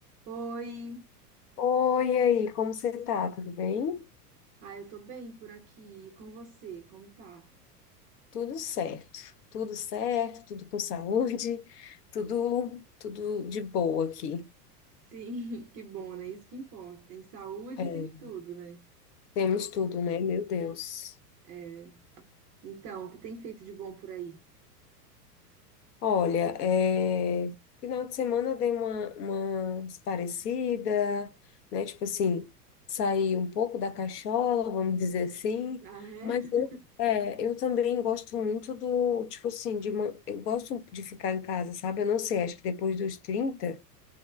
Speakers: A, on the right (about 20°); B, on the left (about 70°).
A: Oi,
B: Oi, e aí, como você tá? Tudo bem?
A: ah, eu tô bem por aqui, E com você, como tá?
B: Tudo certo, tudo certo, tudo com saúde, <laughs> tudo, tudo de boa aqui.
A: Sim, <laughs> que bom, né? Isso que importa. Tem saúde,
B: É,
A: tem tudo, né?
B: temos tudo, né? Meu Deus.
A: É. Então, o que tem feito de bom por aí?
B: Olha, é, final de semana eu dei uma, uma parecida, né? Tipo assim, saí um pouco da cachola, vamos dizer assim,
A: Ah, é?
B: mas
A: <laughs>
B: eu, é, eu também gosto muito do, tipo assim, de, uma- eu gosto de ficar em casa, sabe? Eu não sei, acho que depois dos trinta